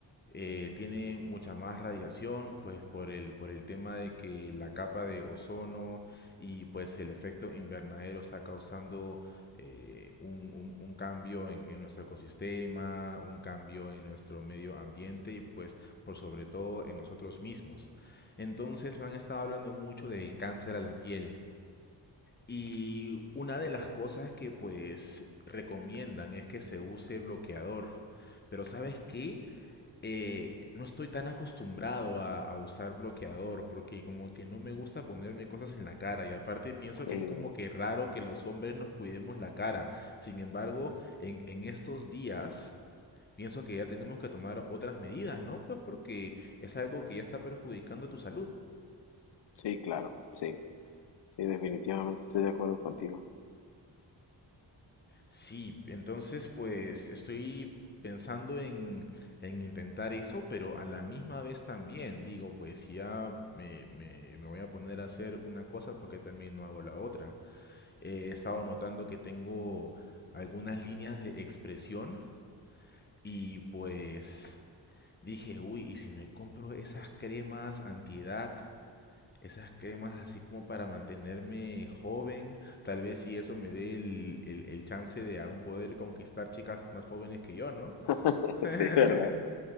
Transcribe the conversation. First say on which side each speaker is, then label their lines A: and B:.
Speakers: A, on the left (about 25°); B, on the left (about 65°).
A: eh, tiene mucha más radiación, pues por el, por el tema de que la capa de ozono y pues el efecto invernadero está causando eh, un, un- un cambio en, en nuestro ecosistema, un cambio en nuestro medio ambiente y pues por sobre todo en nosotros mismos. Entonces me han estado hablando mucho del cáncer a la piel. Y una de las cosas que pues recomiendan es que se use bloqueador. Pero ¿sabes qué? eh, no estoy tan acostumbrado a, a usar bloqueador porque como que no me gusta ponerme cosas en la cara y aparte pienso
B: Sí,
A: que es como que raro que los hombres nos cuidemos la cara. Sin embargo, en, en estos días pienso que ya tenemos que tomar otras medidas, ¿no? Pues porque es algo que ya está perjudicando tu salud.
B: sí, claro, sí, sí, definitivamente estoy de acuerdo contigo.
A: Sí, entonces pues estoy pensando en, en intentar eso, pero a la misma vez también digo, pues si ya me, me- me voy a poner a hacer una cosa, porque también no hago la otra? He estado notando que tengo algunas líneas de expresión y pues dije, uy, ¿y si me compro esas cremas antiedad? Esas cremas así como para mantenerme joven, tal vez si eso me dé el, el- el chance de aún poder conquistar chicas más jóvenes que yo, ¿no?
B: <laughs>
A: <laughs>
B: Sí, ¿verdad?